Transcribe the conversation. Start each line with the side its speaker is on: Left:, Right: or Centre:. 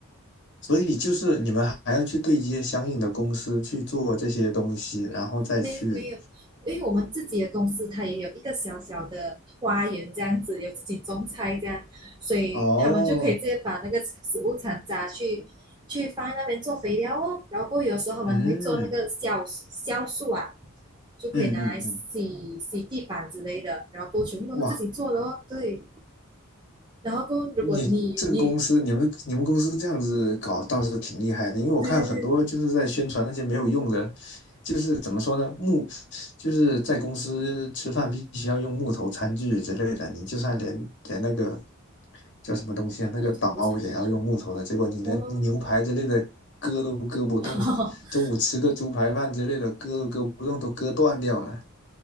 Left: 所以就是你们还要去对接相应的公司去做这些东西，然后再去。
Right: 没有没有，因为我们自己的公司它也有一个小小的花园这样子，有自己种菜这样，所以他们就可以直接把那个食物残渣去去放在那边做肥料哦。
Left: 哦，
Right: 然后过后有时候我们会做那个酵酵素啊，
Left: 嗯
Right: 就可以拿来洗洗地板之类的，
Left: 嗯嗯嗯，
Right: 然后过后全部都是自己做的哦。
Left: 哇，
Right: 对，然后过后如果你你
Left: 你这个公司，你们你们公司这样子搞倒是挺厉害的，因为我看很多就是在宣传那些没有用的，
Right: 对对对，
Left: 就是怎么说呢，木，就是在公司吃饭必须要用木头餐具之类的，你就算连连那个叫什么东西啊，那个刀也要用木头的，
Right: 木头餐具
Left: 结果你连牛排之类的割都割不动，
Right: 哦，<laughs>
Left: 中午吃个猪排饭之类的割都割不动，都割断掉了。